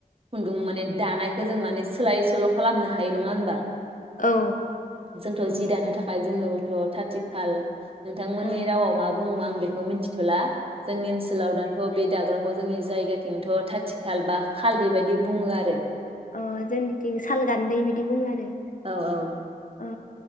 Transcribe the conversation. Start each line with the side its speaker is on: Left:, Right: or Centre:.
Right: खुनदुं माने दानायखौ जों माने सोलाय सोल' खालामनो हायो नङा होनबा?
Left: औ।
Right: जोंथ' जि दानो थाखाय जोंनोबोथ' थाथिखाल नोंथांमोननि
Left: औ
Right: राव मा बुङो आं बेखौ मिनथिथ'ला जोंनि ओनसोलाव दाथ' बे दाग्रा जोंनि जायगाथिंथ' थाथि खाल बा खाल बेबायदि बुङो आरो।
Left: अ जोंनिथिं साल गान्दै बिदि बुङो आरो।
Right: औ औ।
Left: औ